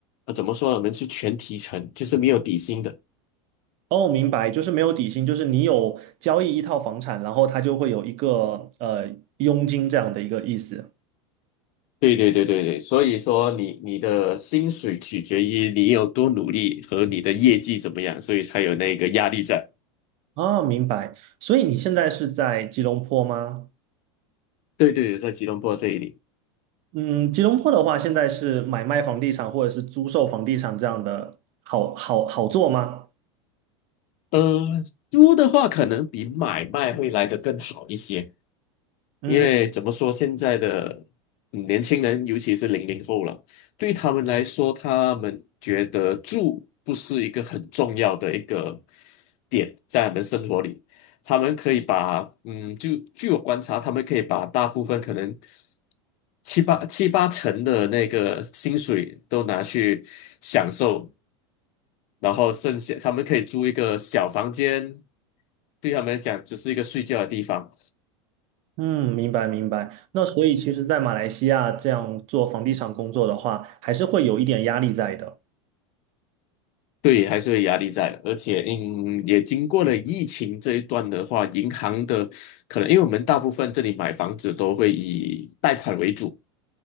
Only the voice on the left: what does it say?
呃，怎么说呢，我们是全提成，就是没有底薪的。
对对对对对，所以说你你的薪水取决于你有多努力和你的业绩怎么样，所以才有那个压力在。
对对，对，在吉隆坡这里，
呃，租的话可能比买卖会来得更好一些，
因为怎么说，现在的嗯年轻人，尤其是零零后了，对他们来说，他们觉得住不是一个很重要的一个点，在他们生活里，他们可以把嗯，就据我观察，他们可以把大部分可能七八七八成的那个薪水都拿去享受，然后剩下他们可以租一个小房间，对他们来讲只是一个睡觉的地方。
对，还是会压力在，而且嗯，也经过了疫情这一段的话，银行的可能，因为我们大部分这里买房子都会以贷款为主，